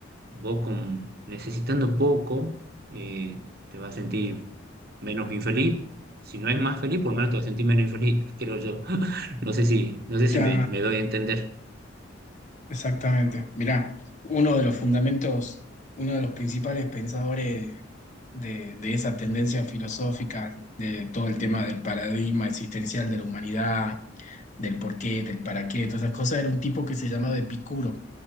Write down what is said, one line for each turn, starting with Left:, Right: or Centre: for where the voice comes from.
Right: vos con, necesitando poco eh, te vas a sentir menos infeliz. Si no es más feliz, por lo menos te vas a sentir menos infeliz, <laughs> creo yo. <laughs> No sé si, no sé si
Left: Ya.
Right: me, me doy a entender.
Left: Exactamente. Mirá, uno de los fundamentos, uno de los principales pensadores de, de esa tendencia filosófica, de todo el tema del paradigma existencial de la humanidad, del por qué, del para qué, todas esas cosas, era un tipo que se llamaba Epicuro.